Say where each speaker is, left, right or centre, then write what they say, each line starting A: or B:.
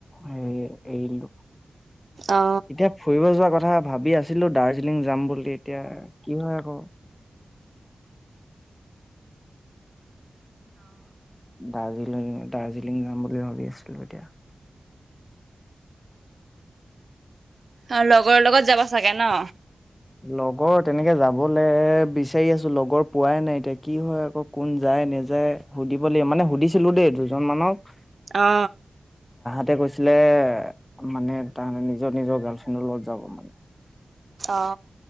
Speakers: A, on the left; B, on the right.
A: হেৰী এৰি দিলোঁ
B: অ
A: এতিয়া ফুৰিব যোৱা কথা ভাবি আছো ছিলো দাৰ্জিলিং যাম বুলি এতিয়া কি হয় আক দাৰ্জিলিং দাৰ্জিলিং যাম বুলি ভাবি আছিলো এতিয়া
B: অ লগৰ লগত যাবা চাগে ন
A: লগৰ তেনেকে যাবলে বিচাৰি আছো লগৰ পোৱাই নাই এতিয়া কি হয় আকৌ কোন যায় নেযায় সুধিব লাগ মানে সুধিছিলো দেই দুজন মানক
B: অ
A: ততে কৈছিলে মানে তাহাতে নিজৰ নিজৰ গাৰ্লফ্ৰেণ্ডৰ লগত যাব মানে
B: অ